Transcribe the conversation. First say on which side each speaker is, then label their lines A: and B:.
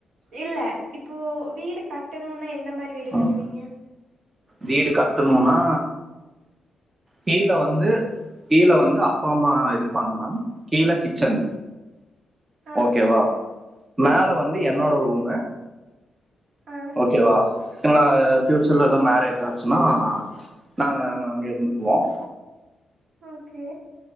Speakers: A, on the right (about 75°); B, on the right (about 25°).
A: இல்ல இப்போ வீடு கட்டணும்னா எந்த மாதிரி வீடு கட்டுவீங்க
B: ம். வீடு கட்டணும்னா கீழே வந்து கீழ வந்து அப்பா அம்மா இருப்பாங்க மேம் கீழ கிச்சன்
A: ஆ
B: ஓகேவா மேல வந்து
A: ஓகே
B: என்னோட ரூம்
A: ஆ
B: ஓகேவா எங்களா ஃபியூச்சர்ல
A: ஓக்
B: ஏதோ மேரேஜ் தான் ஆச்சுனா நாங்க அங்க இருந்துக்குவோம்
A: ஓகே